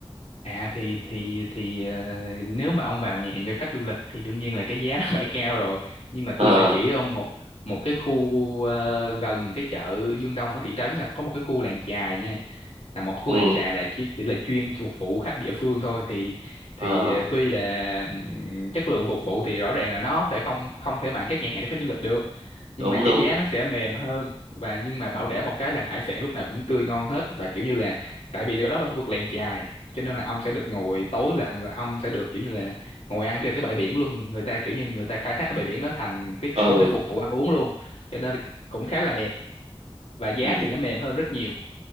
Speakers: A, on the left; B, on the right.
A: à thì thì thì ờ, nếu mà ông vào nhà hàng cho khách du lịch thì đương nhiên là cái giá <laughs> nó phải cao rồi nhưng mà
B: ờ
A: tôi sẽ chỉ ông một một cái khu ờ, gần cái chợ Dương Đông ở thị trấn là có một cái khu làng chài nha là một khu
B: ừ
A: làng chài là chỉ là chuyên phục vụ khách địa phương thôi thì
B: Ờ,
A: thì ờ, tuy là ừm, chất lượng phục vụ thì rõ ràng là nó thể không không thể bằng các nhà hàng cho khách du lịch được nhưng
B: đúng
A: mà cái
B: đúng
A: giá nó sẽ mềm hơn và nhưng mà bảo đảm một cái là hải sản lúc nào cũng tươi ngon hết và kiểu như là tại vì đó là khu vực làng chài cho nên là ông sẽ được ngồi tối là người ông sẽ được kiểu như là ngồi ăn trên cái bãi biển luôn người ta kiểu như người ta khai thác cái bãi biển nó thành cái
B: ờ
A: chỗ để phục vụ ăn uống luôn cho nên cũng khá là đẹp và giá
B: ừ
A: thì nó mềm hơn rất nhiều